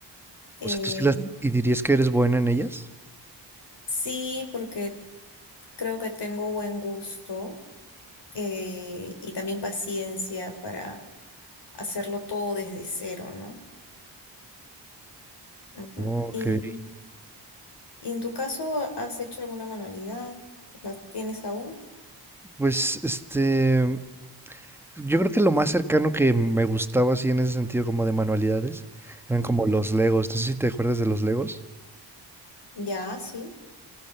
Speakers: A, on the left; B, in the centre.
A: Eh,
B: o sea, ¿tú sí las y dirías que eres buena en ellas?
A: sí, porque creo que tengo buen gusto eh, y también paciencia para hacerlo todo desde cero, ¿no? Ujú.
B: Ok.
A: Y, y en tu caso, ¿has hecho alguna manualidad? ¿La tienes aún?
B: Pues este. Yo creo que lo más cercano que me gustaba así en ese sentido como de manualidades eran
A: Ujú.
B: como los Legos. No sé si te acuerdas de los Legos.
A: Ya, sí.